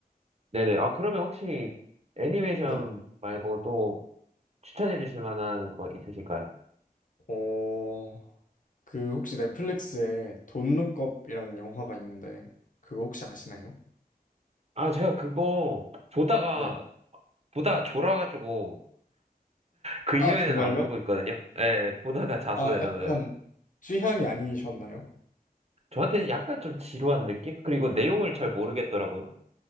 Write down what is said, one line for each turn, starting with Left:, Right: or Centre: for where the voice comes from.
Right: 네네. 아, 그러면 혹시 애니메이션
Left: 네.
Right: 말고 또 추천해 주실 만한 거 있으실까요?
Left: 어, 그 혹시 넷플릭스에 돈룩업이라는 영화가 있는데 그거 혹시 아시나요?
Right: 아, 제가 그거 보다가,
Left: 네.
Right: 보다가 졸아가지고 그 이후에는
Left: 아, 정말요?
Right: 안 보고 있거든요. 예, 보다가 잤어요,
Left: 아, 약간
Right: 저는.
Left: 취향이 아니셨나요?
Right: 저한테는 약간 좀 지루한 느낌? 그리고 내용을 잘 모르겠더라고요.